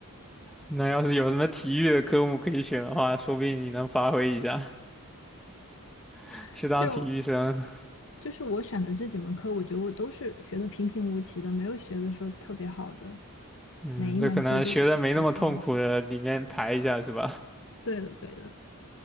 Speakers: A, in the centre; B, on the left.
A: 那要是有什么体育的科目可以选的话，说不定你能发挥一下，<laughs>
B: <laughs>
A: 去当体育生。
B: 就就是我选的这几门课，我觉得我都是学的平平无奇的，没有学的说特别好的
A: 嗯，
B: 哪一门课就
A: 这可能学的没那么痛苦的里面排一下是吧？
B: 嗯对的，对的。